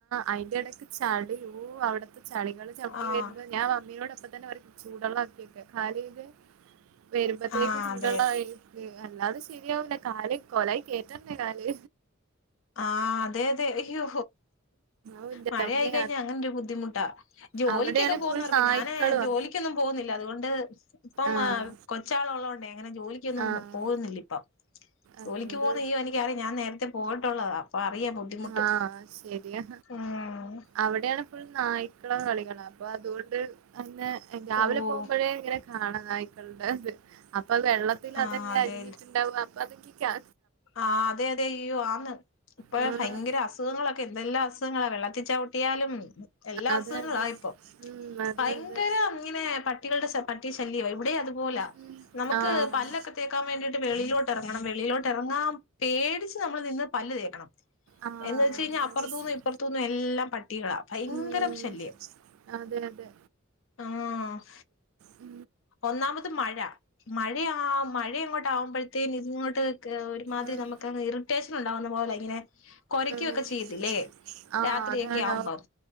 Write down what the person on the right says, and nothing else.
അയിന്റെടയ്ക്ക് ചളിവോ അവിടുത്തെ ചളികൾ ചവിട്ടി
വരുമ്പോ ഞാൻ മമ്മിയോ ടപ്പം തന്നെ പറയും ചൂടള്ളാക്കിടവക്കാൻ കാല് കഴുകാൻ വരുമ്പത്തേക്ക്
ചൂടള്ളായി-
അല്ലാതെ ശെരിയാവുല കാല് കൊലായി കേറ്റണ്ടേ കാല്
ഔ ന്റെ
അമ്മേ
അവിടെയാണ്
ഫുൾ നായ്ക്കളുവാ
ആഹ്
ആഹ്
അതുകൊണ്ട്
ആഹ് ശരിയാ
അവിടെയാണ് ഫുൾ നായ്ക്കളെ കളികളാ അപ്പൊ അതൊണ്ട് അന്ന് രാവിലെ
പോകുമ്പോൾ ഇപ്പഴേ ഇങ്ങനെ കാണ നായിക്കള് ടേത് അപ്പൊ വെള്ളത്തി തിലതെന്നെ
അലിഞ്ഞിട്ട്ണ്ടാവ അപ്പൊ അത് ൻക്ക് ക്യാ
ഉം
അതെ
അതെ
ഉം അതെ
അതെ
ഉം
ആഹ്
ആഹ്
അതാ
പ്രശ്നം
ഉം
അതെ അതെ
ഉ
ആഹ്
ആഹ്
ആഹ്
അതാണ്